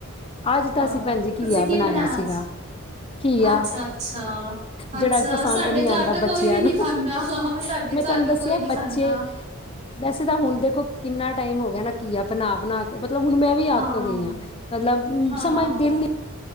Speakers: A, on the left (about 25°); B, on the right (about 30°).
A: ਅੱਜ ਤਾਂ
B: ਹਾਂ
A: ਅਸੀਂ ਭੈਣ ਜੀ
B: ਤੁਸੀਂ
A: ਘੀਆ
B: ਕੀ ਬਣਾਇਆ
A: ਸੀਗਾ
B: ਅੱਜ?
A: ਘੀਆ
B: ਅੱਛਾ-ਅੱਛਾ-ਅੱਛਾ
A: ਜਿਹੜਾ ਪਸੰਦ
B: ਸਾਡੇ
A: ਨਹੀਂ ਆਉਂਦਾ
B: ਘਰ ਤਾਂ
A: ਬੱਚਿਆਂ
B: ਕੋਈ ਵੀ
A: ਨੂੰ
B: ਨੀ ਖਾਂਦਾ ਘਰ
A: ਮੈਂ ਤੁਹਾਨੂੰ
B: ਵੀ
A: ਦੱਸਿਆ
B: ਕੋਈ ਨੀ ਖਾਂਦਾ
A: ਬੱਚੇ ਵੈਸੇ ਤਾਂ ਹੁਣ ਦੇਖੋ ਕਿੰਨਾ ਟਾਈਮ ਹੋ ਗਿਆ ਨਾ ਘੀਆ ਬਣਾ-ਬਣਾ ਕੇ ਤੇ ਮਤਲਬ ਹੁਣ ਮੈਂ ਵੀ
B: ਹਾਂ,
A: ਅੱਕ ਗਈ ਆ, ਮਤਲਬ
B: ਹਾਂ
A: ਸਮਝ ਦਿਲ ਨ